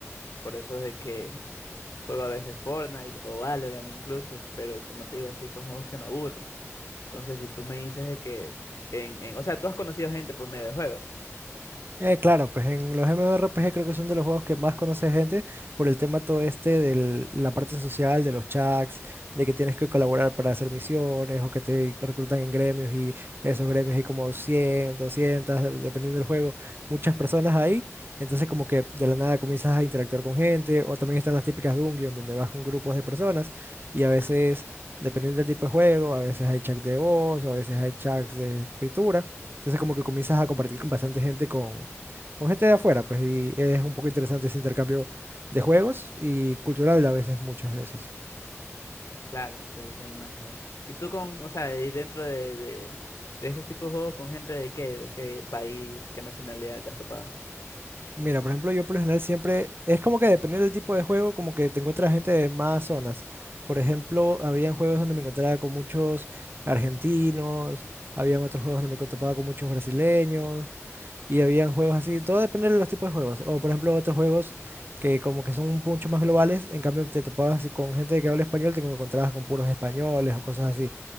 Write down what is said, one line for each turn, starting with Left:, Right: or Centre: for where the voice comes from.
Left: Por eso es de que juego a veces Fortnite o Valorant incluso, pero como te digo, así son juegos que me aburren. Entonces, si tú me dices de que en, en, o sea, tú has conocido gente por medio de juegos.
Right: Eh, claro, pues en los MMORPG creo que son de los juegos que más conoce gente por el tema todo este de la parte social, de los chats, de que tienes que colaborar para hacer misiones o que te reclutan en gremios y esos gremios hay como 100, 200 de- dependiendo del juego, muchas personas ahí. Entonces como que de la nada comienzas a interactuar con gente o también están las típicas dungeons donde vas con grupos de personas y a veces, dependiendo del tipo de juego, a veces hay chats de voz o a veces hay chats de escritura. Entonces como que comienzas a compartir con bastante gente con con gente de afuera, pues, y es un poco interesante ese intercambio de juegos y cultural a veces, muchas veces.
Left: Claro, sí, sí me imagino. Y tú con, o sea, y dentro de, de, de estos tipos de juegos con gente de qué, de qué país, qué nacionalidad te has topado.
Right: Mira, por ejemplo, yo por lo general siempre, es como que dependiendo del tipo de juego, como que te encuentras gente de más zonas. Por ejemplo, habían juegos donde me encontraba con muchos argentinos, habían otros juegos donde me topaba con muchos brasileños, y habían juegos así, todo depende de los tipos de juegos. O por ejemplo, otros juegos que como que son un mucho más globales, en cambio te topabas con gente que habla español, te encontrabas con puros españoles o cosas así.